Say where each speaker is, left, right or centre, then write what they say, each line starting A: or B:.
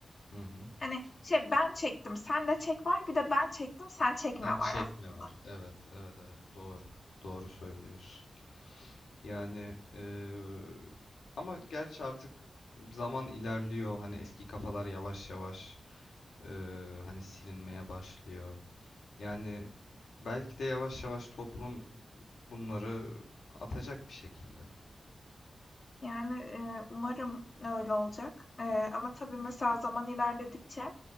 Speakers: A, on the left; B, on the left.
A: hı. hı.
B: Hani şey ben çektim, sen de çek var. Bir de ben çektim, sen çekme
A: Sen çekme
B: var aslında.
A: var. Evet evet evet doğru doğru söylüyorsun. Yani eee, ama gerçi artık zaman ilerliyor. Hani eski kafalar yavaş yavaş eee, hani silinmeye başlıyor. Yani belki de yavaş yavaş toplum bunları atacak bir şekilde.
B: Yani, eee, umarım öyle olacak, eee, ama tabii mesela zaman ilerledikçe,